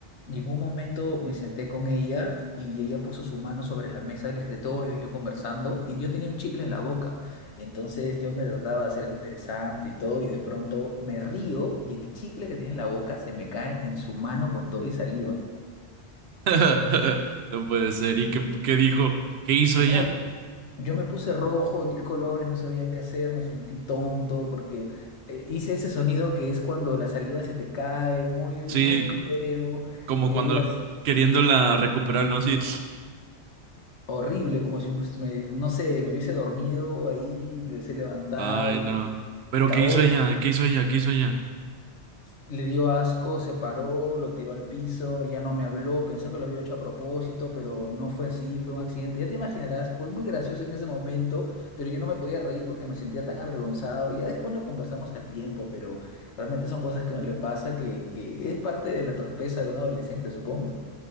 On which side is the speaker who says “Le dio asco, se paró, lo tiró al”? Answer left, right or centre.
Left